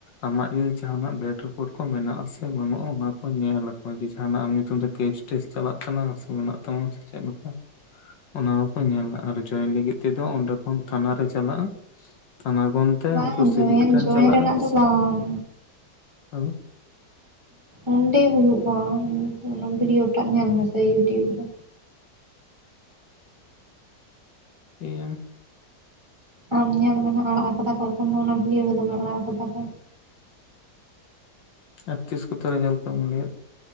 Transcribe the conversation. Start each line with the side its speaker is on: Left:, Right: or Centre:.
Left: ᱟᱢᱟᱜ ᱡᱩᱫᱤ ᱡᱟᱦᱱᱟᱜ ᱵᱮᱰ ᱨᱤᱯᱳᱴ ᱠᱚ ᱢᱮᱱᱟᱜ ᱟ ᱥᱮ ᱵᱟᱹᱱᱩᱜᱼᱟ ᱚᱱᱟᱠᱩ ᱧᱮᱞᱟᱠᱚ ᱡᱮᱠᱦᱟ ᱱᱟᱜ ᱟᱢ ᱧᱩᱛᱩᱢ ᱛᱮ ᱠᱮᱥ ᱴᱮᱥ ᱪᱟᱞᱟᱜ ᱠᱟᱱᱟ ᱥᱮ ᱢᱮᱱᱟᱜ ᱛᱟᱢᱟ ᱥᱮ ᱪᱮᱫ ᱞᱮᱠᱟ ᱚᱱᱟ ᱦᱚᱸᱠᱚ ᱧᱮᱞᱟ ᱟᱨ ᱡᱚᱭᱮᱱ ᱞᱟᱹᱜᱤᱫ ᱛᱮᱫᱚ ᱚᱸᱰᱮ ᱠᱷᱚᱱ ᱛᱷᱟᱱᱟ ᱨᱮ ᱪᱟᱞᱟᱜᱼᱟ ᱛᱷᱟᱱᱟ ᱜᱚᱱᱛᱮ
Right: ᱵᱟᱝ
Left: ᱩᱱᱠᱩ
Right: ᱡᱚᱭᱮᱱ
Left: ᱥᱤᱵᱤᱠ ᱴᱷᱮᱱ
Right: ᱡᱚᱭᱮᱱ
Left: ᱪᱟᱞᱟᱜᱼᱟ
Right: ᱨᱮᱱᱟᱜ ᱫᱚ
Left: ᱥᱤᱵᱤᱠ
Right: ᱵᱟᱝ
Left: ᱦᱮᱞᱚ
Right: ᱚᱸᱰᱮ ᱦᱩᱭᱩᱜᱼᱟ ᱚᱱᱟ ᱵᱤᱰᱭᱳ ᱴᱟᱜ ᱧᱮᱞ ᱢᱮᱥᱮ ᱭᱩᱴᱩᱵᱽ ᱨᱮ
Left: ᱮᱭᱟᱝ
Right: ᱟᱢ ᱧᱮᱞ ᱢᱮ ᱱᱟᱜ ᱟᱲᱟᱜ ᱟᱠᱟᱫᱟ ᱠᱚ ᱮᱠᱷᱚᱱ ᱫᱚ ᱚᱱᱟ ᱵᱷᱤᱰᱭᱳ ᱜᱮ ᱫᱚᱢᱮ ᱟᱲᱟᱜ ᱠᱟᱫᱟ ᱠᱚ
Left: ᱟᱨ ᱛᱤᱥ ᱠᱚᱛᱮ ᱨᱮᱡᱟᱞᱴᱠᱚ ᱮᱢ ᱞᱮᱫ